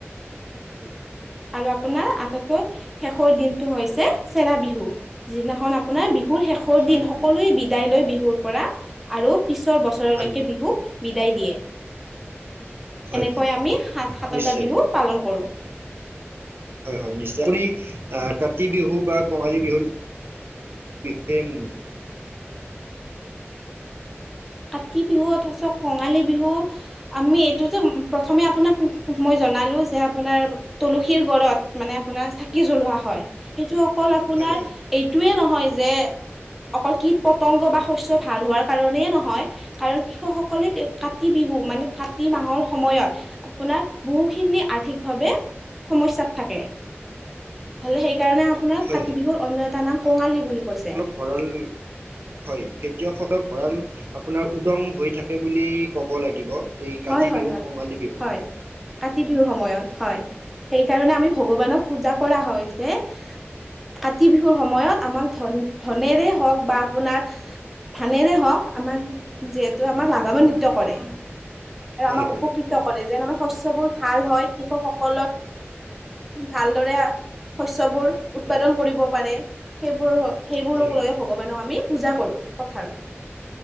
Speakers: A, on the right (about 55°); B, in the centre.
A: হয়।
B: আৰু আপোনাৰ আটাইতকৈ শেষৰ দিনটো হৈছে চেৰা বিহু যিদিনাখন আপোনাৰ বিহুৰ শেষ সৰু
A: হয় হয়
B: দিন সকলোৱে বিদায় লৈ বিহুৰ পৰা আৰু পিছৰ বছৰলৈকে
A: হয়
B: বিহুক বিদায় দিয়ে
A: হয়
B: এনেকৈ
A: হয়
B: আমি সাত সাতটা
A: নিশ্চয়
B: বিহুক পালন কৰো।
A: হয়, হয় নিশ্চয়। আপুনি আহ কাতি বিহু বা কঙালী বিহুৰ <unintelligible>
B: কাতি বিহু তাৰপিছত কঙালী বিহু আমি এইটো যে প্ৰথমে আপোনাক মই জনালো যে আপোনাৰ তুলসীৰ গড়ত মানে আপোনাৰ চাকি জ্বলোৱা হয় সেইটো অকল আপোনাৰ
A: হয় হয়
B: এইটোয়ে নহয় যে অকল কীট পতংগ বা শস্য ভাল হোৱাৰ কাৰণেই নহয় হয় কাৰণ কৃষকসকলে কাতি বিহু মানে কাতি মাহৰ সময়ত আপোনাৰ বহু খিনি আৰ্থিক ভাৱে সমস্যাত থাকে। হলে সেইকাৰণে আপোনাৰ
A: হয়
B: কাতি
A: হয়
B: বিহুৰ অন্য এটা নাম কঙালী বুলি কৈছে।
A: ফৰল <unintelligible> হয় খেতিয়কসকল ভঁৰাল আপোনাৰ উদং হৈ থাকে বুলি ক'ব লাগিব। এই কাতি
B: হয়, হয়,
A: বিহু
B: হয়,
A: কঙালী বিহু
B: হয় কাতি বিহুৰ সময়ত হয়। সেই কাৰণে আমি ভগৱানক পূজা কৰা হয় যে কাতি বিহুৰ সময়ত আমাক ধন ধনেৰে হওক বা আপোনাৰ ধানেৰে হওক আমাক যিহেতু আমাক লাভানান্বিত কৰে। আৰু
A: হয়
B: আমাক
A: হয়
B: উপকৃত
A: হয়
B: কৰে যেন আমাৰ শস্য বোৰ ভাল হয় কৃষকসকলৰ ভালদৰে শস্যবোৰ উৎপাদন কৰিব পাৰে সেইবোৰ সেইবোৰক
A: হয়
B: লৈ ভগৱানক আমি পূজা কৰো পথাৰত।